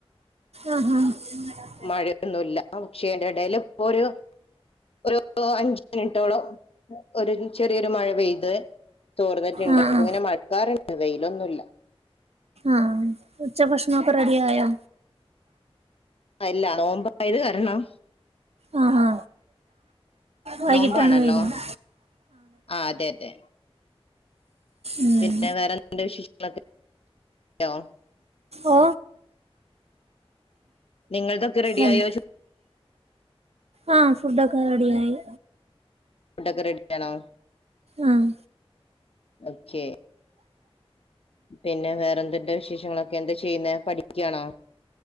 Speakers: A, on the right (about 85°); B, on the left (about 65°).
A: ആഹ് ഹാ ഹാ
B: മഴയൊന്നുല്ല പക്ഷേ അയ്ന്റെ എടെൽ ഇപ്പം ഒരു ഒരു അഞ്ച് മിനിറ്റോളം ഒരു ചെറിയൊരു മഴ മഴ പെയ്ത് തോർന്നിട്ടിണ്ട്
A: ആ
B: അപ്പ
A: ആ
B: ഇങ്ങനെ മഴക്കാറ്ണ്ട് വെയിലൊന്നുല്ല
A: ആഹ് ഉച്ച ഭക്ഷണം ഒക്കെ റെഡിയായോ
B: അല്ല നോമ്പയത് കാരണം
A: ആ ആ വൈകിട്ടാണ്
B: നോമ്പാണല്ലോ
A: കഴിക്കുന്നത്
B: ആ അതെ അതെ
A: ഉം.
B: പിന്നെ വേറെന്ത്ണ്ട് വിശേഷങ്ങളൊക്കെ യൊ
A: ഓ
B: നിങ്ങൾതൊക്കെ റെഡി
A: അല്ലേ
B: ആയോ ചോറ്
A: ആഹ് ഫുഡൊക്കെ റെഡി ആയി
B: ഫുഡൊക്കെ റെഡിയാണോ
A: ആഹ്
B: ഓക്കെ പിന്നെ വേറെ എന്ത്ണ്ട് വിശേഷങ്ങളൊക്കെ എന്താ ചെയ്യുന്നെ പഠിക്കയാണോ